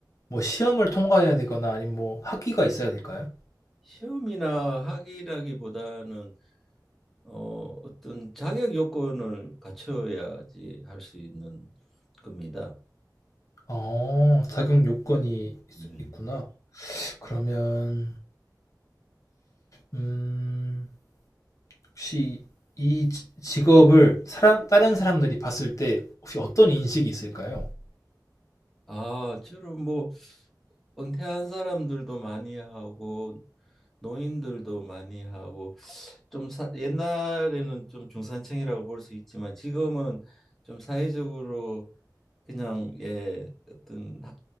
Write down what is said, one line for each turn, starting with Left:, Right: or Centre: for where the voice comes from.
Left: 뭐 시험을 통과해야 되거나 아니면 뭐 학위가 있어야 될까요?
Centre: 시험이나 학위라기보다는 어, 어떤 자격 요건을 갖춰야지 할 수 있는 겁니다.
Left: 어, 자격 요건이 있,
Centre: 네.
Left: 있구나. 그러면 음, 혹시 이 지- 직업을 사람 다른 사람들이 봤을 때 혹시 어떤 인식이 있을까요?
Centre: 아, 주로 뭐 은퇴한 사람들도 많이 하고 노인들도 많이 하고 좀 사, 옛날에는 좀 중산층이라고 볼 수 있지만 지금은 좀 사회적으로 그냥 예 어떤 하-